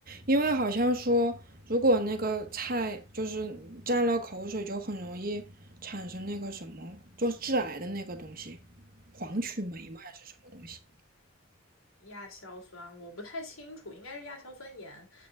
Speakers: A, on the right; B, on the left.
A: 因为好像说如果那个菜就是沾了口水，就很容易产生那个什么，就致癌的那个东西，黄曲霉吗？还是什么东西？
B: 亚硝酸我不太清楚，应该是亚硝酸盐，